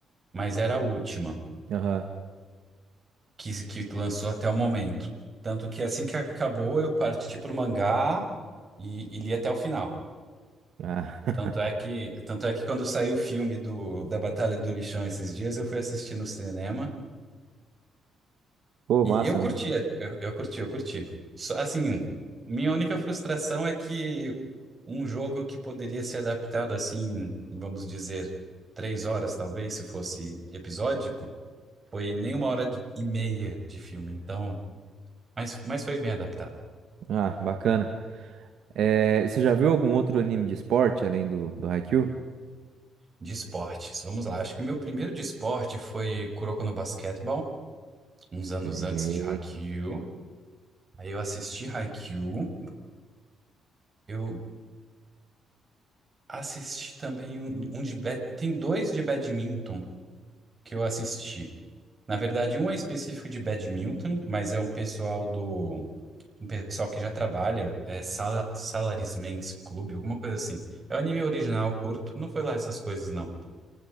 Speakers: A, on the right; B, on the right.
A: mas era a última.
B: Aham.
A: que, que lançou até o momento. Tanto que assim que acabou, eu parti pro mangá e, e li até o final.
B: Ah, <laughs>
A: Tanto é que, tanto é que quando saiu o filme do, da Batalha do Lixão esses dias, eu fui assistir no cinema
B: pô,
A: e
B: massa,
A: eu curti,
B: mano.
A: eu, eu curti, eu curti. Só, assim, minha única frustração é que um jogo que poderia ser adaptado assim, vamos dizer, três horas talvez, se fosse episódico, foi nem uma hora de- e meia de filme. Então, mas, mas foi bem adaptado.
B: Ah, bacana. É, você já viu algum outro anime de esporte além do, do Haikyuu?
A: De esportes, vamos lá. Acho que o meu primeiro de esporte foi Kuroko no Basketball, uns
B: Sei,
A: anos antes de Haikyuu. Aí eu assisti Haikyuu. Eu assisti também um, um de... bad- Tem dois de badminton que eu assisti. Na verdade, um é específico de badminton, mas é um pessoal do... Um pessoal que já trabalha, é sala... Salaryman's Club, alguma coisa assim. É um anime original, curto, não foi lá essas coisas, não.